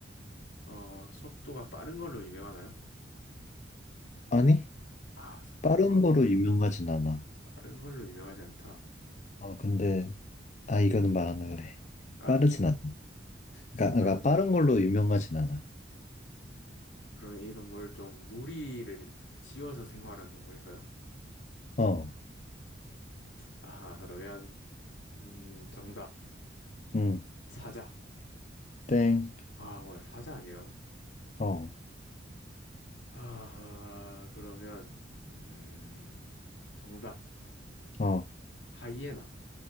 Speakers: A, on the left; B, on the left.
A: 어, 속도가 빠른 걸로 유명하나요?
B: 아니,
A: 아, 속도가
B: 빠른 거로 유명하진 않아.
A: 빠른 걸로 유명하지 않다.
B: 아, 근데, 아, 이거는 말 안 할래.
A: 아,
B: 빠르진 않아.
A: 순간,
B: 그러니까, 그러니까 빠른 걸로 유명하진 않아.
A: 그러면 이 동물 좀 무리를 지어서 생활한 동물인가요?
B: 어,
A: 아하, 그러면, 음, 정답.
B: 음,
A: 사자.
B: 땡,
A: 아, 뭐야, 사자 아니라고?
B: 어,
A: 아하, 그러면, 음, 정답.
B: 어,
A: 하이에나.